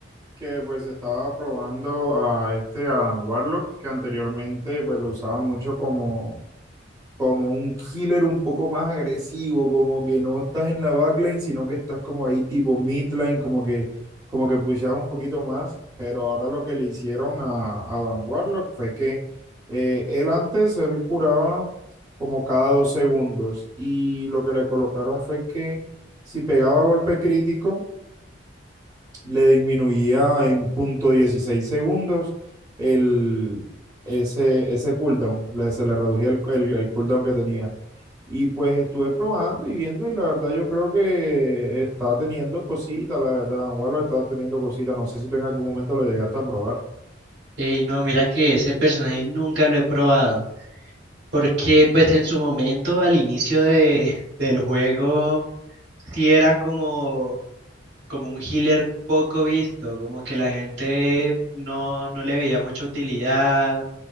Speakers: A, on the right; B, on the right.
A: que pues estaba probando a este Adam Warlock, que anteriormente pues lo usaban mucho como como un killer un poco más agresivo, como que no estás en la backline, sino que estás como ahí tipo midline, como que, como que pushas un poquito más, pero ahora lo que le hicieron a, a Dan Warlock fue que eh, él antes, él curaba como cada dos segundos y lo que le colocaron fue que si pegaba golpe crítico, le disminuía en punto 16 segundos el... Ese, ese cooldown, le- se le reducía el el- el cooldown que tenía. Y pues estuve probando y viendo y la verdad yo creo que está teniendo cositas, la verdad, Angulo está teniendo cositas, no sé si tú en algún momento lo llegaste a probar.
B: Ey, no, mira que ese personaje nunca lo he probado. Porque pues en su momento, al inicio de, del juego, sí era como, como un healer poco visto, como que la gente no, no le veía mucha utilidad,